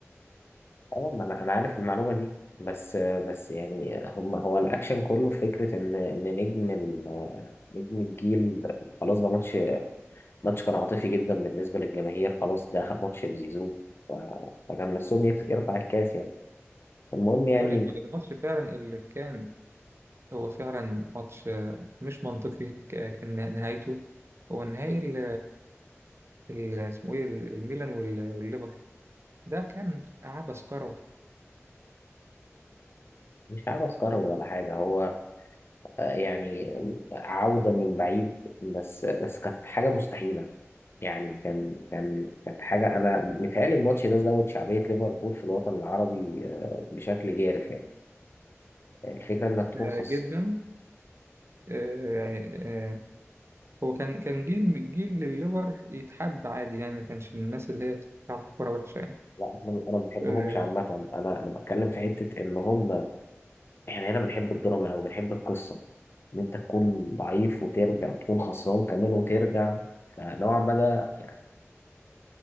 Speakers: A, on the left; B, on the right.
A: اه ما انا انا عارف المعلومة دي بس آه، بس يعني هم هو الاكشن كله في فكرة ان ان نجم ال- آه، نجم الجيل خلاص ده ماتش ماتش كان عاطفي جدا بالنسبة للجماهير خلاص ده اخر ماتش لزيزو ف- فكان نفسهم يرف- يرفع الكاس يعني المهم يعني
B: والله الماتش فعلا اللي كان هو فعلا ماتش آه، مش منطقي ك- إن نهايته هو النهائي ال- ال- اسمه ايه ال- الميلان وال- والليفر ده كان عبث كروي
A: مش عبث كروي ولا حاجة هو آه، يعني عودة من بعيد بس بس كانت حاجة مستحيلة يعني كان كان كانت حاجة أنا متهيألي الماتش ده زود شعبية ليفربول في الوطن العربي آه، بشكل جارف يعني يعني الفكرة إنك تكون
B: آه،
A: خاص
B: جدا آه، يعني آه، هو كان كان جيل جيل الليفر يتحب عادي يعني ما كانش من الناس اللي هي بتلعب كوره وحشه يعني
A: لا أنا أنا ما بحبهمش
B: آه،
A: عامة أنا أنا بتكلم في حتة إن هم إحنا هنا بنحب الدراما أو بنحب القصة إن أنت تكون ضعيف وترجع وتكون خسران كمان وترجع فنوعا ما ده يعني